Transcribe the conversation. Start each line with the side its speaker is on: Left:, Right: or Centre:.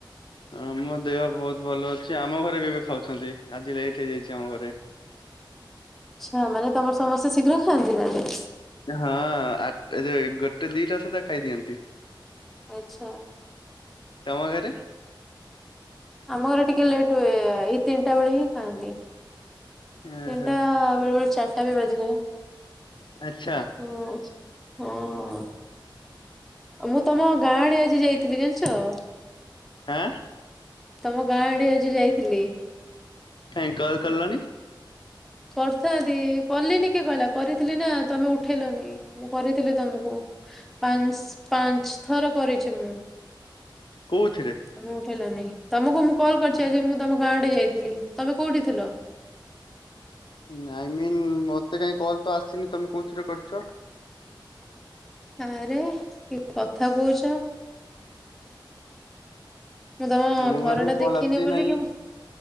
Left: ଆମ ଦେହ ବହୁତ ଭଲ ଅଛି ଆମ ଘରେ ବି ଏବେ ଖାଉଛନ୍ତି ଆଜି ଲେଟ୍ ହେଇଯାଇଛି ଆମ ଘରେ।
Centre: ଆଛା ମାନେ ତମର ସମସ୍ତେ ଶୀଘ୍ର ଖାଆନ୍ତି ତାହେଲେ।
Left: ହଁ ଏଉ ଗୋଟେ ଦିଟା ସୁଧା ଖାଇଦିଅନ୍ତି।
Centre: ଆଚ୍ଛା।
Left: ତମ ଘରେ?
Centre: ଆମ ଘରେ ଟିକେ ଲେଟ୍ ହୁଏ ଏଇ ତିନିଟା ବେଳେ ହିଁ ଖାଆନ୍ତି।
Left: ଓହୋ
Centre: ତିନିଟା ବେଳୁ ଚାରିଟା ବି ବାଜି ଯାଏ।
Left: ଆଛା।
Centre: ହୁଁ ହଁ। ମୁଁ ତମ ଗାଁ ଆଡେ ଆଜି ଯାଇଥିଲି ଜାଣିଚ?
Left: ଆଁ।
Centre: ତମ ଗାଁ ଆଡେ ଆଜି ଯାଇଥିଲି?
Left: କାହିଁ କଲ କଲନି।
Centre: କରିଥାନ୍ତି କଲିନି କିଏ କହିଲା କରିଥିଲି ନା ତମେ ଉଠେଇଲନି କରିଥିଲି ତମକୁ। ପାଞ୍ଚ ପାଞ୍ଚ ଥର କରିଛି ମୁଁ।
Left: କୋଉଥିରେ?
Centre: ମୁଁ ଉଠେଇଲନି ତମକୁ ମୁଁ କଲ କରିଛି ଆଜି ମୁଁ ତମ ଗାଁ ଆଡେ ଯାଇଥିଲି ତମେ କୋଉଠି ଥିଲ?
Left: ନାଇଁମିନ୍ ମତେ କାହିଁ କଲ୍ ତ ଆସିନି ତମେ କୋଉଥିରେ କରିଛ?
Centre: ଆରେ କି କଥା କହୁଛ? ମୁଁ ତମ
Left: ମୋ
Centre: ଘର
Left: ପାଖକୁ
Centre: ଟା
Left: କଲ୍
Centre: ଦେଖିନି
Left: ଆସି
Centre: ବୋଲି
Left: ନାହିଁ
Centre: କେମତି